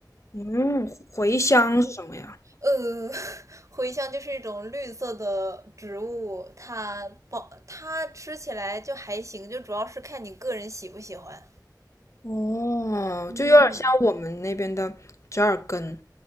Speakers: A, on the left; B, on the right.
A: 嗯，茴香是什么呀？
B: 呃，<laughs> 茴香就是一种绿色的植物，它包它吃起来就还行，就主要是看你个人喜不喜欢。
A: 哦，
B: 嗯，
A: 就有点像我们那边的折耳根。